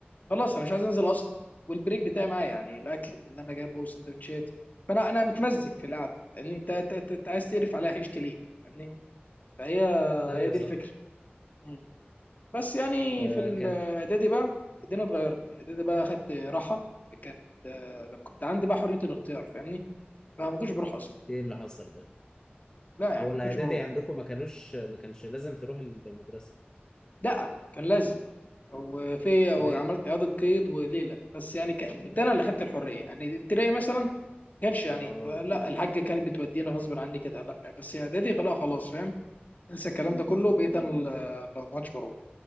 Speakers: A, on the left; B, on the left.
A: خلاص انا مش عايز انزل اصلا والبريك بتاعي معايا يعني الاكل اللي انا جايبه سندوتشات فانا انا متمزج في القعده لان انت انت انت أنت عايز تقرف عليها عيشتي ليه فاهمني فهي
B: ايوه
A: هي دي
B: صح
A: الفكره مم. بس يعني
B: آه
A: في الاعدادي
B: كان
A: بقى الدنيا اتغيرت اعدادي بقى اخدت راحه كانت آه، كنت عندي بقى حريه الاختيار فاهمني فما كنتش بروح اصلا
B: ايه اللي حصل بقى
A: لا يعني
B: هو
A: ما
B: الاعدادي
A: كنتش بروح
B: عندكم ما كانوش ما كانش لازم تروح المدرسه
A: لا كان لازم وفي او
B: امال ايه
A: عملت اعاده قيد وليله بس يعني كنت انا اللي خدت الحريه يعني ابتدائي مثلا ما كانش يعني
B: اه
A: لا الحاجه كانت بتودينا غصب عني كده لا بس اعدادي لا خلاص فاهم انسى الكلام ده كله بقيت انا اللي ما عادش بروح